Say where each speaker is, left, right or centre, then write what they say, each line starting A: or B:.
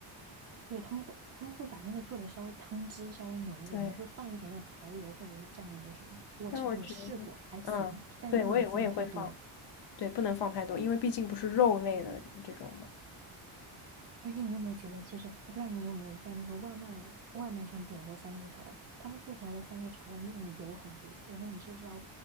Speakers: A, on the right; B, on the left.
A: 对，他们会他们会把那个做的稍微汤汁稍微浓一点，
B: <laughs> 对，
A: 然后会放一点点蚝油或者是酱油什么的。我吃我试过，
B: 但我觉得，
A: 还行，
B: 嗯，
A: 但是不能放太多。
B: 对，我也我也会放。对，不能放太多，因为毕竟不是肉类的这种嘛。
A: 而且你有没有觉得，其实我不知道你有没有在那个外卖外卖上点过番茄炒蛋，他们做出来的番茄炒蛋用的油很多，然后你就知道